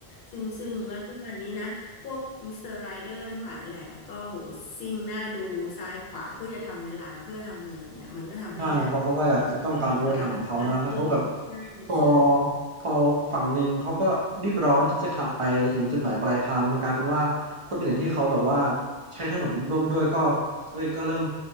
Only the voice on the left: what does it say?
ซึ่งซึ่งแล้วทุกวันนี้นะพวกมิสเตอร์ไรเดอร์ทั้งหลายแหล่ก็โหซิ่งหน้าดูซ้ายขวาเพื่อจะทำเวลาเพื่อทำเงินเนี่ยมันก็ทำให้แบบ
อันตรายมากขึ้นใช่ใช่